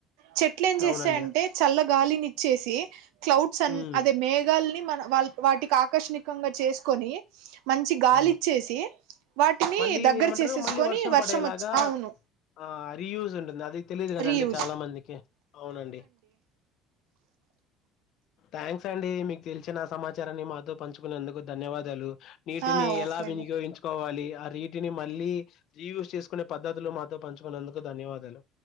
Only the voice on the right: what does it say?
చెట్లు ఏం చేస్తాయి
అంటే చల్ల గాలిని ఇచ్చేసి క్లౌడ్స్ అని
అదే మేఘల్ని మన వాల్ వాటికి ఆకర్షణికంగా చేసుకొని మంచి గాలిచ్చేసి
వాటిని
దగ్గర
చేసేసుకొని
వర్షం
వచ్చి అవును
రీయూజ్
ఆ ఓకే
అండి